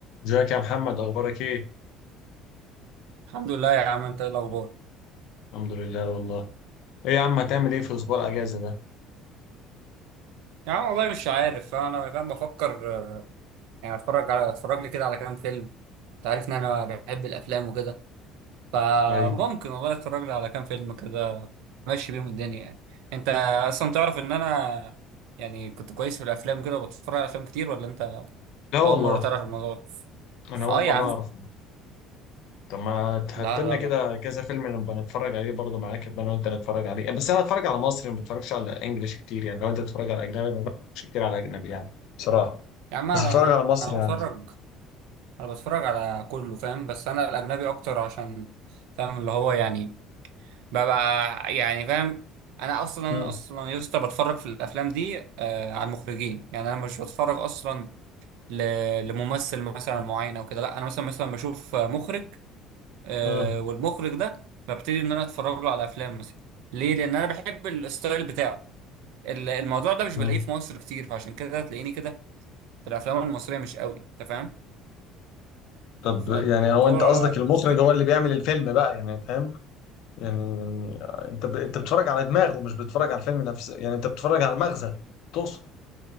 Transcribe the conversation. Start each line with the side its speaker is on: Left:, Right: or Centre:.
Left: ازيك يا محمد اخبارك ايه
Right: الحمد لله يا عم انت ايه الاخبار
Left: الحمد لله والله ايه يا عم هتعمل ايه في اسبوع الاجازه ده
Right: يا عم والله مش عارف انا فاهم بفكر آه، يعني اتفرج على اتفرج لي كده على كام فيلم انت عارف ان انا بحب الافلام وكده فممكن
Left: ايوه
Right: والله اتفرج لي على كام فيلم كده ماشي بيهم الدنيا يعني انت اصلا تعرف ان انا يعني كنت كويس في الافلام كده وبتفرج على افلام كتير ولا انت
Left: لا والله
Right: اول مره تعرف الموضوع ده؟
Left: انا اول
Right: اه
Left: مره
Right: يا عم
Left: اعرف طب ما تحط
Right: لا
Left: لنا
Right: لا
Left: كده
Right: لا
Left: كذا فيلم نبقى نتفرج عليه برضه معاك يبقى انا وانت نتفرج عليه بس انا اتفرج على مصري ما بتفرجش على انجليش كتير يعني لو انت بتتفرج على اجنبي انا ما بتفرجش كتير على اجنبي يعني بصراحه
Right: يا عم انا
Left: بس اتفرج على مصري
Right: انا
Left: يعني
Right: بتفرج انا بتفرج على كله فاهم بس انا الاجنبي اكتر عشان فاهم اللي هو يعني ببقى يعني فاهم انا اصلا انا
Left: مم.
Right: اصلا يا اسطى بتفرج في الافلام دي آه على المخرجين يعني انا مش بتفرج اصلا ل... لممثل مثلا معين او كده لا انا مثلا مثلا بشوف مخرج آه
Left: مم.
Right: والمخرج ده ببتدي ان انا اتفرج له على افلام مثلا ليه لان انا بحب الستايل بتاعه ال- الموضوع ده مش
Left: مم.
Right: بلاقيه في مصر كتير فعشان كده تلاقيني كده في الافلام المصريه مش قوي انت فاهم
Left: طب
Right: فالموضوع
Left: يعني هو انت قصدك المخرج
Right: مختلف
Left: هو اللي بيعمل الفيلم بقى يعني فاهم يعني يعني انت ب... انت بتتفرج على دماغه مش بتتفرج على الفيلم نفسه يعني انت بتتفرج على المغزى تقصد